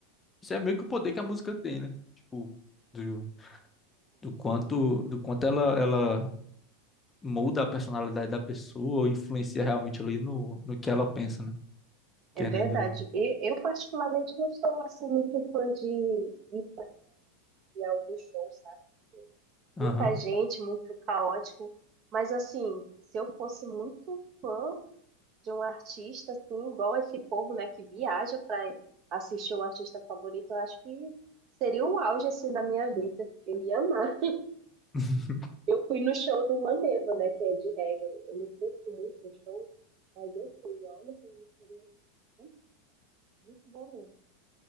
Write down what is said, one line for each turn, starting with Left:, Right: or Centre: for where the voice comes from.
Left: Isso é meio que o poder que a música tem, né? Tipo, do, do quanto, do quanto ela, ela muda a personalidade da pessoa, ou influencia realmente ali no, no que ela pensa, né? Querendo
Right: É, é verdade.
Left: ou não.
Right: E eu particularmente não sou assim muito fã de ir em alguns shows, sabe?
Left: Aham.
Right: Muita gente, muito caótico. Mas assim, se eu fosse muito fã de um artista, assim, igual esse povo, né, que viaja para assistir o artista favorito, eu acho que seria o auge assim da minha vida. Eu ia amar.
Left: <laughs>
Right: Eu fui no show do Maneva, né? Que é de reggae. Eu, eu não curto muito no show, mas eu fui. Olha, foi uma experiência muito, muito boa mesmo.